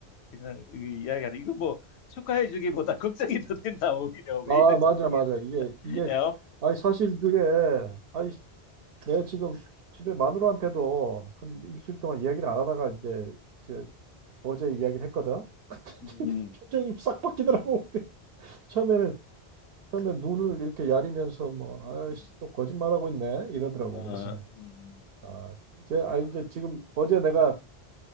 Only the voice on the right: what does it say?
아,
맞아,
맞아. 이게, 이게,
아니, 사실 그게, 아니, 내가 지금 집에 마누라한테도 한 일주일 동안 이야기를 안 하다가 이제, 이제 어제 이야기를 했거든. <laughs>
표정이 싹 바뀌더라고. <laughs> 처음에는 처음에 눈을 이렇게 야리면서 뭐
아이씨 또 거짓말하고 있네 이러더라고.
그래서 그
아 이제 아
이제 지금 어제 내가